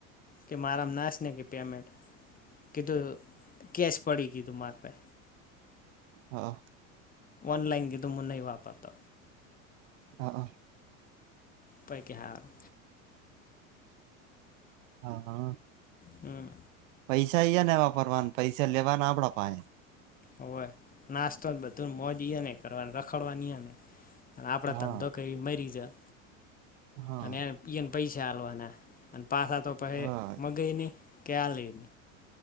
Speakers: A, on the left (about 20°); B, on the right (about 70°).
A: કે મારામ નાશને કે પેમેન્ટ. કીધું કેસ પડી કીધું માર પાહે.
B: હા.
A: ઓનલાઇન કીધું મુ નઈ વાપરતો
B: હઅ.
A: પહી કે હારુ.
B: હા હા.
A: હમ
B: પૈસા ઈયન વાપરવાન પૈસા લેવાના આપડા પાહે.
A: હોવે. નાસ્તો ન બધું મોજ ઈઓને કરવાન. રખડવાની અને અન આપડે
B: હા
A: ધંધો કરીન મરી જા
B: હા
A: અને એન પીએ ન પૈસા આલવાના અને તો પાસા તો પહી
B: હા
A: મગાઈ નઈ. ક્યા લઈન.